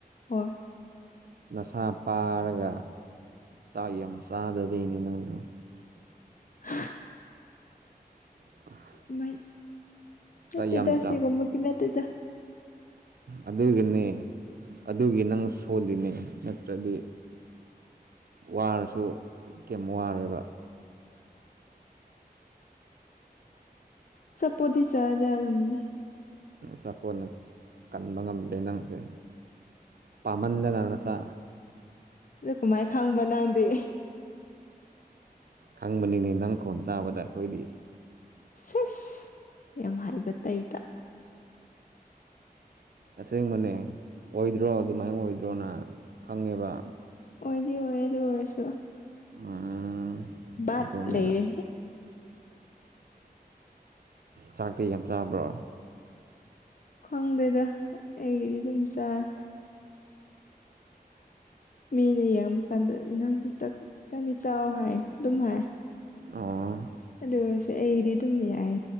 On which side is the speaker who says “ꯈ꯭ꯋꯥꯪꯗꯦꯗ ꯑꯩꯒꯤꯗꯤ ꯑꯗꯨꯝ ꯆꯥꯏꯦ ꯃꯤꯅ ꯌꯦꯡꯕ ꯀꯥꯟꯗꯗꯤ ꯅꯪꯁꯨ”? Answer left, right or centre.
Left